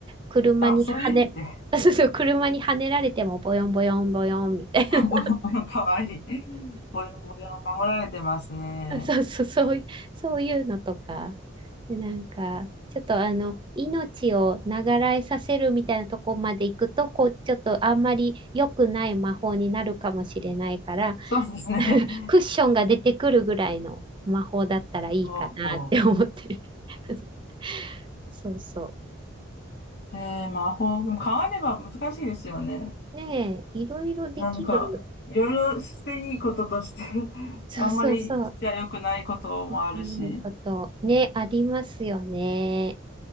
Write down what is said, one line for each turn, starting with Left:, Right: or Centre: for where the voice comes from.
Right: 車に跳ね、
Left: あ、そういう意味で。
Right: <laughs> そうそう、車に跳ねられてもボヨンボヨンボヨンみたいな。
Left: <laughs> ボヨボヨかわいい。<laughs> ボヨボヨ守られてますね。
Right: <laughs> そうそう、そういう、そういうのとか。で、なんか、ちょっとあの、命を長らえさせるみたいなとこまで行くと、こう、ちょっとあんまり良くない魔法になるかもしれないから、
Left: そうですね。
Right: <laughs>
Left: <laughs>
Right: クッションが出てくるぐらいの魔法だったらいいかなって思って。
Left: おお
Right: <laughs> そうそ
Left: へえ魔法、でも変われば難しいですよね。
Right: う。ねえ、いろいろできる。
Left: なんか、いろいろしていいこととして <laughs>
Right: そうそうそう。
Left: あんまりしちゃ良くないこともあるし。
Right: できないこと、ね、ありますよね。